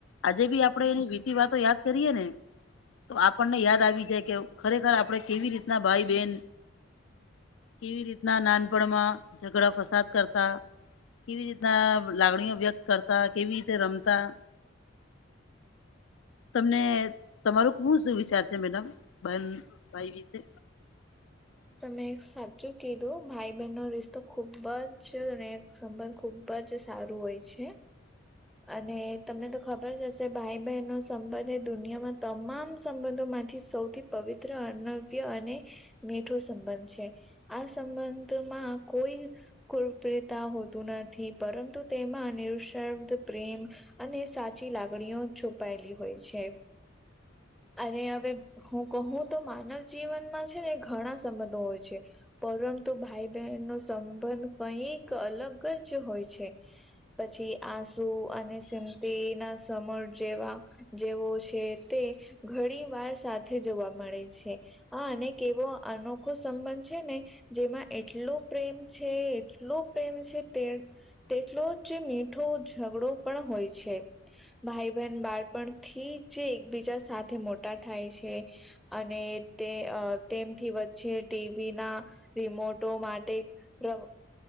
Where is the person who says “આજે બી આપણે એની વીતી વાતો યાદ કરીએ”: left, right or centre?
Left